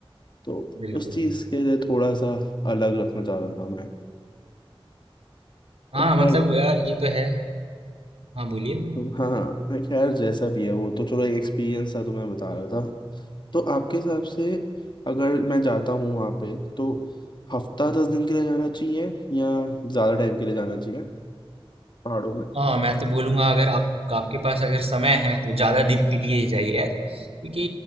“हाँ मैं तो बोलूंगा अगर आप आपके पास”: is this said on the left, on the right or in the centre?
Right